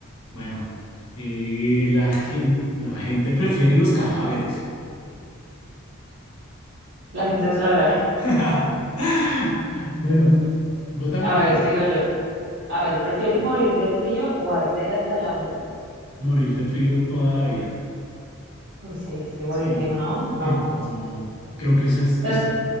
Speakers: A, on the left; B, on the right.
A: Bueno, eh, la gente, la gente prefiere los cadáveres.
B: <laughs> La gente es rara.
A: <laughs> Bueno, bótame
B: A
A: uno.
B: ver, sigo yo. A ver, ¿prefieres morir de frío o arder hasta la muerte?
A: morir de frío toda la vida.
B: Uy, sí, es que morir
A: Sí,
B: quemado, no.
A: qué miedo, no. Creo que ese es,
B: Estás,
A: es